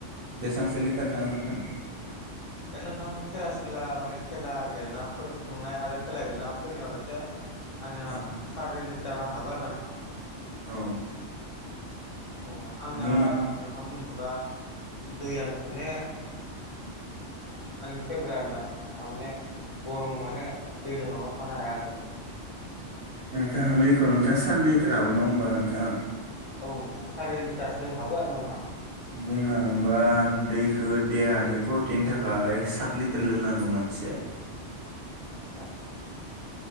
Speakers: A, on the right; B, on the left.
A: बेसेबांसो लिटार थाङो नोंथां
B: दा नोंथां खेला सुला माने खेला गेलेनाफोर थांनाय आरो खेलायगोन ना फैनायावलासे आंना
A: औ
B: सारि लिटारा हाबो आरो ना नोंथां
A: औ
B: औ आंना
A: बुंना
B: आं बुंनो थाङोब्ला दैयानो माने मानि फेभ्रेट आरोना नोंथां माने गरम माने दै लोङाबा थानो हाया आरो नोंथां
A: नोंथां दैखौ नोंथाङा सारि लिटार हाबो नङा होमबा नोंथां
B: औ नोंथां सारि लिटारसो हाबो आरोना नोंथां
A: बुंनाङोबा दैखो देहानि प्रटिननि थाखाय सात लिटार लोंनांगौ मानसिया
B: आतसा